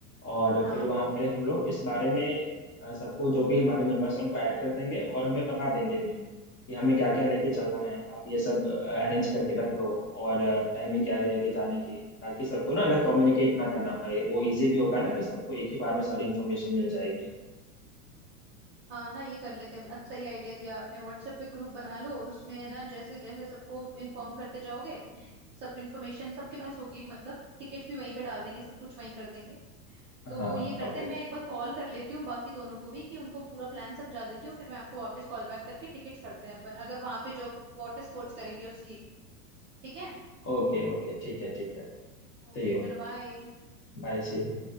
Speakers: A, on the left; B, on the right.
A: और
B: हाँ
A: फिर वहाँ पे हम लोग इस बारे में अ, सबको जो भी हमारे मेंबर्स हैं उनको ऐड कर देंगे और हमें बता देंगे उन्हें कि हमें क्या क्या लेके चलना है आप ये सब अरेंज करके रख लो और टाइमिंग क्या रहेगी जाने की ताकि सबको ना अलग कम्युनिकेट ना करना पड़े वो इजी भी होगा ना कि सबको एक ही बार में सारी इन्फॉर्मेशन मिल जाएगी
B: हाँ ना ये कर लेते हैं अच्छा सही आइडिया दिया आपने व्हाट्सएप पे ग्रुप बना लो और उसमें ना जैसे जैसे सबको इन्फॉर्म करते जाओगे सब इन्फॉर्मेशन सबके पास होगी मतलब टिकट्स भी वहीं पे डाल देंगे सब कुछ वहीं कर देंगे
A: हाँ
B: तो
A: हाँ
B: ये करते
A: परफेक्ट
B: हैं मैं एक बार कॉल कर लेती हूँ बाकी दोनों को भी कि उनको पूरा प्लान समझा देती हूँ फिर मैं आपको वापस कॉल बैक करके टिकट्स करते हैं अपन अगर वहां पे जो वाटर स्पोर्ट्स करेंगे उसकी ठीक है
A: ओके ओके ठीक है ठीक है
B: ओके
A: See you
B: चलो बाय
A: Bye see you.